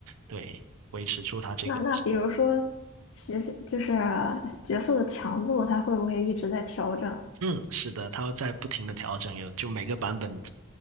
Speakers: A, on the right; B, on the left.
A: 对维持住它这个。
B: 那那比如说学习就是角色的强度，它会不会一直在调整？
A: 嗯，是的，它会在不停的调整，有就每个版本，